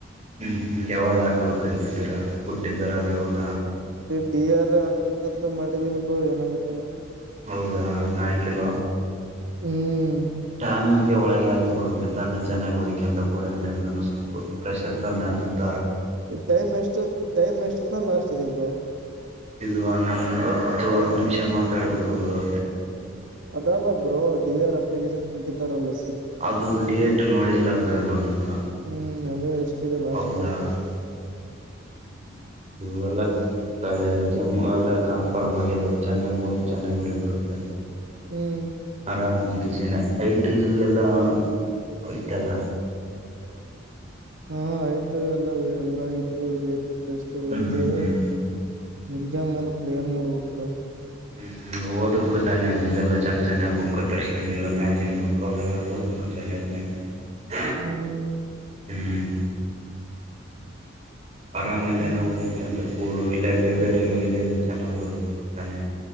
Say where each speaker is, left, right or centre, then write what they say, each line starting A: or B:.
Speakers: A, on the right (about 35°); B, on the right (about 75°).
A: ಹ್ಮ್ ಹ್ಮ್ ಯಾವಾಗ್ ಹಾಕ್ಬೇಕಂತಿದ್ದೀರಾ ಬುಟ್ಟಿದಾರ ಅಲ್ಲಿ ಇವಾಗ
B: ಡಿ ಆರ್ ಹಾಕ್ಬೇಕಂತ ಮಾಡಿದಿನ್ ಬ್ರೋ ಏನಾಗುತ್ತೆ ಏನೋ
A: ಹೌದಾ ಇನ್ನ ಹಾಕಿಲ್ಲ
B: ಹ್ಮ್
A: ಟ್ಯಾಮ್ಗೆ ಒಳಗೆ ಹಾಕಿ ಬಿಡಕ್ಕೆ ತನ್ನೆ ಚೆನ್ನಾಗಿ ಒದಕ್ಕ ಅಂತ ಕುಡ್ಯಾಕ ನಿಮ್ಗೂ ನು ಸ್ವಲ್ಪ ಪ್ರೆಷರ್ ಕಮ್ಮಿ ಆಗ್ತತ
B: ಟೈಮ್ ಎಷ್ಟು ಟೈಮ್ ಎಷ್ಟ ತಾನ ಲಾಸ್ಟ್ ಇದೆ ಬ್ರೋ
A: ಇದು ಹನ್ನೊಂದು ಹತ್ತು ಹತ್ತು ನಿಮಿಷ ಮಾತಾಡ್ಬೇಕು ಬ್ರೋ
B: ಅದಲ್ಲ ಬ್ರೋ ಡಿ ಆರ್ ಅಪ್ಲಿಕೇಶನ್ ಕಟ್ಟಾತ್ತರಲ್ಲ
A: ಅದು ಡೇಟ್ ನೋಡಿಲ್ಲ ಬ್ರೋ ನಾನುನ್ನು
B: ಹ್ಮ್ ಅದು ಎಷ್ಟಿದೆ ಲಾಸ್ಟ್
A: ಹೌದಾ
B: ಡೇಟ್
A: ಹ್ಮ ಹ್ಮ ಇದು ಎಲ್ಲಾ ತಡೆ ಎಕ್ಸಾಮ್ ಎಲ್ಲಾ ಕಾಲ್ ಪಾರ್ಮ್ ಆಗಿದ್ದಾವೆ ಚೆನ್ನಾಗ್ ಓದಿ ಚೆನ್ನಾಗ್ ಬರಿಬೇಕಾತ
B: ಹ್ಮ್
A: ಆರಾಮ್ ಎಜುಕೇಶನ್ ಐಟಿ ಎಲ್ಲಾ ಹೋಯ್ತ ಅಲ್ಲ
B: ಹಾ ಐಟಿ ಎಲ್ಲ ಎಲ್ಲ ಆಯ್ತು ಜಸ್ಟ್ ಎಲ್ಲ
A: ಹ್ಮ್
B: ಐದು
A: ಹ್ಮ್
B: ಎಕ್ಸಾಮ್ ಒಂದು ಕ್ಲಿಯರ್ ಮಾಡ್ಬೇಕಲ್ಲ.
A: ಹ್ಮ್ ಹ್ಮ್ ಹೌ ಓದಕ್ಕೆ ತಾನೆ ಮುಂದೆಲ್ಲ ಚೆಂದ ಚೆನ್ನಾಗಿ ಬುಕ್ ತರ್ಸ್ಕೊಂಡ್ ಇಲ್ಲ ಮ್ಯಾಜಿನ್ ಬುಕ್ ಅವೆಲ್ಲ ಓದ್ಬೇಕು ಚೆನ್ನಗಿ ಹ <unintelligible>
B: ಹ್ಮ್
A: ಹ್ಮ್ ಆರಾಮ ಇಲ್ಲ
B: ಹ್ಮ್
A: ನಾ ಓದಿಕ್ಕೆ ಅಂತ ಕೂಡ ಎಲ್ಲೆ ಲೈಬ್ರರಿಗಳು ಎಲ್ಲ ಎಲ್ಲ ಚೆನ್ನಾಗಿ ಓದಬೇಕು ತಾನೆ